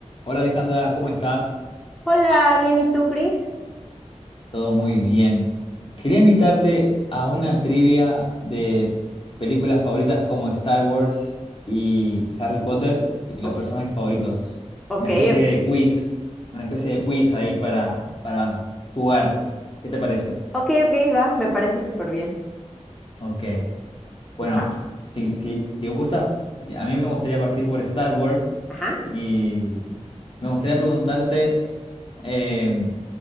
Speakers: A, on the left; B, in the centre.
A: Hola Alejandra, ¿cómo estás?
B: Hola, bien, ¿y tú, Cris?
A: Todo muy bien. Quería invitarte a una trivia de películas favoritas como Star Wars y Harry Potter y
B: O-
A: los personajes favoritos.
B: ok,
A: Una especie
B: ok.
A: de quiz, una especie de quiz ahí para, para jugar. ¿Qué te parece?
B: Ok, ok, va, me parece súper bien.
A: Ok. Bueno,
B: Va.
A: si, si, si gustas, a mí me gustaría partir por Star Wars
B: Ajá,
A: y me gustaría preguntarte... em,